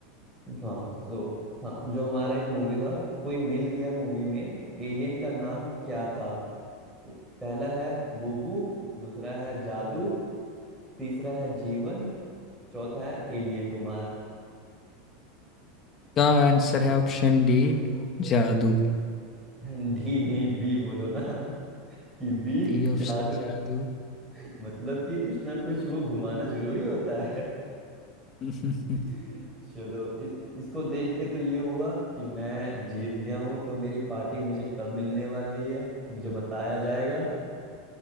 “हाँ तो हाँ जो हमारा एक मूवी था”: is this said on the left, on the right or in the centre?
Centre